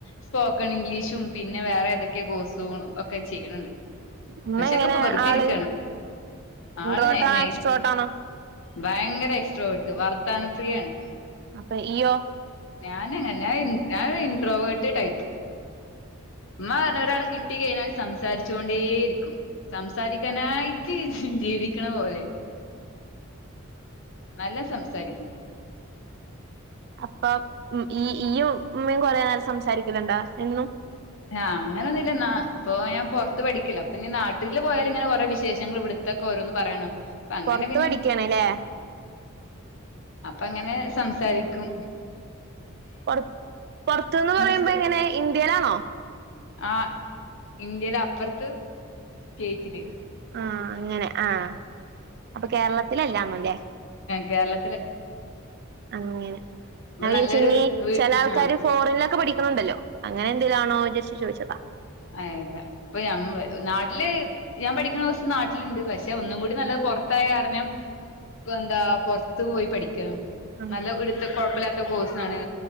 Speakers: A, on the left; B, on the right.
A: സ്പോക്കൺ ഇംഗ്ലീഷും പിന്നെ വേറെ ഏതൊക്കെ കോഴ്സും ഒക്കെ ചെയ്യണണ്ട്
B: ഉമ്മ
A: പക്ഷെക്കെ
B: ഇങ്ങനെ
A: ഇപ്പൊ വെറുതെ
B: ആള്റോട്ട
A: ഇരിക്കാണ് ആള് നൈസ്
B: ചോട്ടണോ
A: ഭയങ്കര എക്സ്ട്രാവേർട്ട് വർത്താനപ്രിയേണ്
B: അപ്പഇയ്യോ
A: ഞാന്അങ്ങനെല്ല ഞന്ഇ ഞാനൊര്ഇൻട്രോവേർട്ട് ടയ്പ ഇമ്മപറഞ്ഞ് ഒരാളകിട്ടി കിട്ടികഴിഞ്ഞാൽ സംസാരിച്ചുകൊണ്ടേ ഇരിക്കും സംസാരിക്കാനായി ജ് ഹ് ജീവിക്കണ പോലെ നല്ലോം സംസാരിക്കും
B: അപ്പം മ് ഈ ഈയ്യും ഇമ്മിം കൊറേനേരം സംസാരിക്കല്ണ്ടോ എന്നും
A: ആഹ് അങ്ങനൊന്നുല്ല ഇന്നാ പോയാ പൊറ്ത്ത്പഠിക്കല്ലോ പിന്നെനാട്ടില് പോയാല് ഇങ്ങനെ കൊറെ വിശേഷങ്ങൾ ഇവിടുത്തക്കെ ഓരോന്ന് പറയണം അപ്പൊ അങ്ങനെ
B: പുൊറത്ത്പഠിക്കാണ്ല്ലേ
A: അപ്പെങ്ങനെ സംസ സാരിക്കും
B: പൊറ് പൊറ്ത്ത്ന്ന് പറയ്മ്പോ
A: സ്പെ
B: എങ്ങനെ ഇന്ത്യയിലാണോ
A: ആ ഇന്ത്യയിലെ അപ്പറ്ത്ത് സ്റ്റേറ്റില്
B: ആ അങ്ങനെ ആ അപ്പകേരളത്തിലല്ലാന്നുല്ലേ
A: കേരള
B: അങ്ങനെ
A: അപ്പൊ
B: ഞാൻവിജാര്ച്ചിനി
A: നല്ലൊരു വീ
B: ചെലാൾക്കാര്
A: ആഹ്
B: ഫോറിനിലൊക്കെ പഠിക്ക്ന്നുണ്ടല്ലോ അങ്ങനെ ന്തേലാണോ ജസ്റ്റ്‌ ചോദിച്ചതാ
A: ഏഹ് അല്ല പ്പം നമ് നാട്ടില് ഞാൻ പഠിക്ക്ണോസം നാട്ടില്ണ്ട് പക്ഷെ ഒന്നുംകൂടിനല്ലത് പൊറ്ത്തായ കാരണം എന്താ പൊറ്ത്ത് പോയി പഠിക്കാണ്
B: അങ്ങനെ
A: നല്ല ഇടുത്ത് കൊഴപ്പില്ലാത്തകോഴ്സാണ്